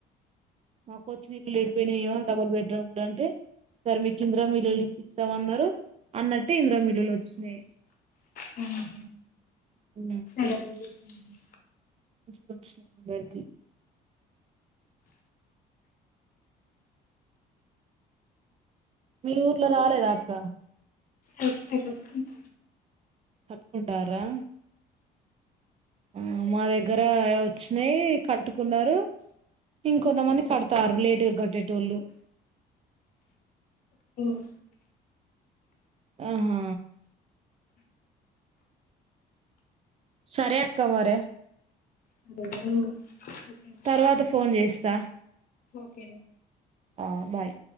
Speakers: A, on the right; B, on the left.
A: మాకు వచ్చిన ఇల్లు ఏడికిపోయినాయో డబల్ బెడ్ రూమ్ లు అంటే ఈసారి మీకు ఇందిరమ్మ ఇల్లులు ఇప్పిస్తాం అన్నారు అన్నట్టు ఇంద్రమిల్లులు వచ్చినాయి
B: ఉ
A: మ్మ్
B: డబల్ బెడ్రూమ్
A: కొచ్చి దొరికి మీ ఊర్లో రాలేదా అక్క
B: సే స
A: కట్టుకుంటారా ఆ మా దగ్గర వచ్చినాయి కట్టుకున్నారు ఇంకొంతమంది కడతారు లేటుగా కట్టేటోళ్ళు
B: స
A: ఆహా సరే అక్క మరే
B: సరేరా నువ్వు
A: తర్వాత ఫోన్ చేస్తా
B: ఓకే రా
A: ఆ బాయ్